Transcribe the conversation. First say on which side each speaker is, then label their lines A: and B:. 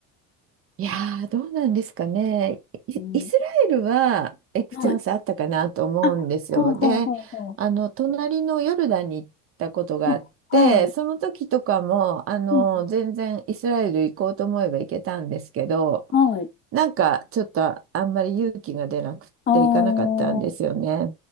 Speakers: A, on the right; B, on the left.
A: いやー、どうなんですかね。イ、
B: ん。
A: イスラエルは行くチャンスあったかなと思うんですよ。
B: はい。あ、はあ、はあ、
A: で、
B: は
A: あの、隣のヨルダンに行ったことがあって、
B: あ、はあ。あはい。
A: その時とかも、あの、
B: うん。
A: 全然イスラエル行こうと思えば行けたんですけど、
B: はい。
A: なんかちょっとあんまり勇気が出なくって行かなかったんですよね。
B: あ